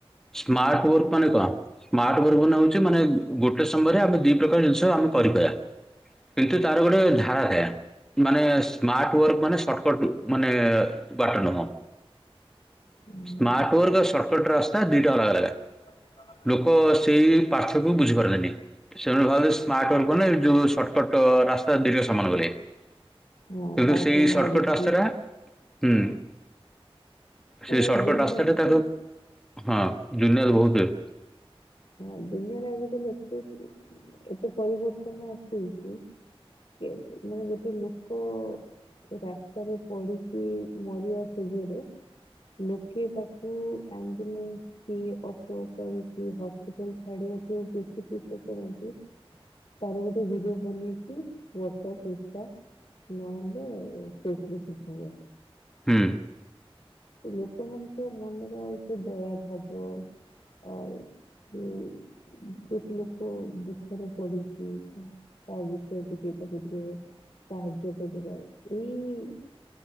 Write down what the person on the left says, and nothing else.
ହଁ।
ହଁ।
ହୁଁ
<unintelligible>
ହଁ କାହାକୁ
ମାରିକି
ଆମର
ଦୁନିଆ
ଏତେ
ହଁ ଦୁନିଆରେ ଆଜିିକାଲି ଏତେ ଏତେ ପରିବର୍ତ୍ତନ ଆସୁଚି କେ ମାନେ ଗୋଟେ ଲୋକ ରାସ୍ତାରେ ପଡ଼ି କି ମରିବା ସେଜରେ ଲୋକେ ତାକୁ ଆମ୍ବୁଲାନ୍ସ କିଅଟୋ କରିକି ହସ୍ପି ହସ୍ପିଟାଲ୍ ଛାଡ଼ିବା ପାଇଁ ବେଶୀ ଚେଷ୍ଟା କରନ୍ତି। ତାର ଗୋଟେ ଭିଡିଓ ବନେଇକି ହ୍ୱାଟସପ୍ ଇନେଷ୍ଟ୍ ନହେଲେ ଫେସବୁକ୍ କିଛି ନୁହେଁ।
ଲୋକମାନଙ୍କ ମନରେ ଆଉ ସେଦୟା ଭାବ ଆଉ ଯଉ ଗୋଟେ ଲୋକ ଦୁଃଖରେ ପଡିଛି ଏଠି ତା ବିଷୟରେ ଟିକେ ତାକୁ ଟିକେ ସାହାଯ୍ୟ କରିଦବା ଏଇ